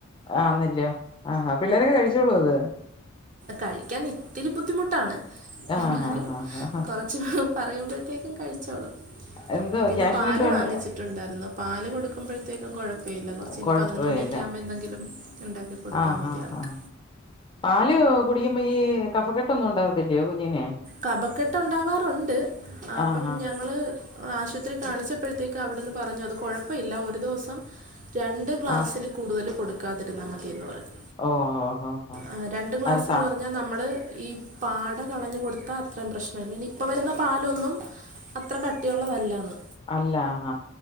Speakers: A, on the left (about 25°); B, on the right (about 40°).
A: ആന്നല്ലോ ആ പിള്ളേരൊക്കെ കഴിച്ചോളൂ അത്
B: കഴിക്കാൻ ഇത്തിരി ബുദ്ധിമുട്ടാണ്
A: ആഹ്
B: എന്നാലും
A: ആഹ് ആഹ്
B: കൊറ ച്ച് പറയുമ്പോഴത്തേക്കും കഴിച്ചോളൂ
A: എന്തോ
B: പിന്നെ
A: ക്യാഷിനായിട്ട്
B: പാല്
A: വേണ്ടി
B: വാങ്ങി ച്ചിട്ടുണ്ടായിരുന്നു പാല് കൊടുക്കുമ്പോഴത്തേക്കും കുഴപ്പം അപ്പല്ല കുറച്ച് ഇനി
A: കൊഴപ്പമില്ല
B: പതിനൊന്ന് മണിയൊക്കെ ആകുമ്പോൾ എന്തെങ്കിലും ഉണ്ടാക്കി കൊടുത്താൽ
A: ആഹ്
B: മതിയാൾക്ക്
A: ആഹ് ആഹ് പാല് കുടിക്കുമ്പോ ഈ കഫക്കെട്ടൊന്നും ഉണ്ടാവത്തില്ലയോ കുഞ്ഞിനെ
B: കപക്കെട്ട് ഉണ്ടാവാറുണ്ട് അപ്പം
A: ആഹ് ആഹ്
B: ഞങ്ങൾ ആശുപത്രി കാണിച്ചപ്പോഴത്തേക്ക് അവിടെന്ന് പറഞ്ഞു അത് കുഴപ്പമില്ല ഒരു ദിവസം രണ്ട് ഗ്ലാസ്സിൽ
A: ആഹ്
B: ക്കൂട്തൽ കൊടുക്കാതിരുന്നാൽ മതിയെന്ന് പറഞ്ഞു.
A: ഓ ഓ ഓ ഓ
B: എ രണ്ട് ഗ്ലാസെന്ന്
A: അത് സ
B: പറഞ്ഞാ നമ്മള് ഈ പാട കളഞ്ഞു കൊടുത്താ അത്രയും പ്രശ്നല്ല പിന്നെ ഇപ്പ വരുന്ന പാലൊന്നും അത്ര കട്ടിയുള്ളതല്ലന്ന്
A: അല്ലാ ഹ